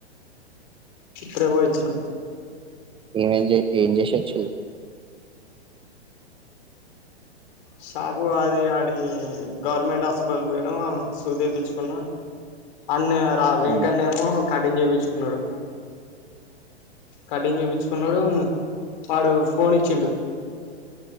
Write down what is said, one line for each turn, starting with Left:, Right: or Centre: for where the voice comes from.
Left: ఇప్పుడే పోయి వచ్చినం
Right: ఏమ్ ఏమ్ జె ఏమ్ జేసివాచిల్లు
Left: షాపు అది ఆడి గవర్నమెంట్ హాస్పిటల్ పోయినాము సూది వెపిచుకున్నాము అన్ని ఆ వెంకనేమో
Right: ఉమ్
Left: కటింగ్ చేపించుకున్నాడు కటింగ్ చేపించుకున్నాడు వాడు ఫోన్ ఇచ్చిండు